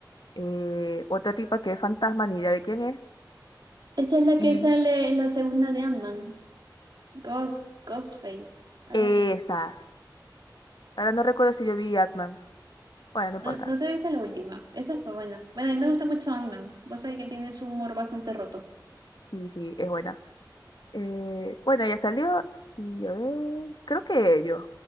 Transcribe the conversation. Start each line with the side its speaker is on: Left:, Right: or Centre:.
Left: eh, otra tipa que es fantasma, ni idea de quién es.
Right: Esa es la
Left: Y
Right: que sale en la segunda de Ant-Man. Ghost, Ghostface, algo
Left: esa.
Right: así.
Left: Ahora no recuerdo si yo vi Atman. Bueno, no importa.
Right: No, no te viste la última. Esa fue buena. Bueno, a mí me gusta mucho Ant-Man. Vos sabés que tiene su humor bastante roto.
Left: Sí, sí, es buena. Eh, bueno, ella salió y a ver, creo que ellos.